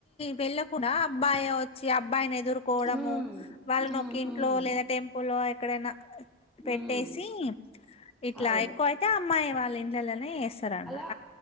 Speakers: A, on the left (about 30°); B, in the centre.
A: వెళ్ళకుండా అబ్బాయే వొచ్చి అబ్బాయినే ఎదుర్కోడము
B: హ్మ్.
A: వాళ్ళను
B: హ్మ్.
A: ఒకింట్లో
B: హ్మ్.
A: లేదా టెంపుల్ ఎక్కడైనా పెట్టేసి
B: హ్మ్.
A: ఇట్లా
B: అవును.
A: ఎక్కువైయితే అమ్మాయి వాళ్ళ ఇండ్లల్లనే ఎస్తరన్న
B: అ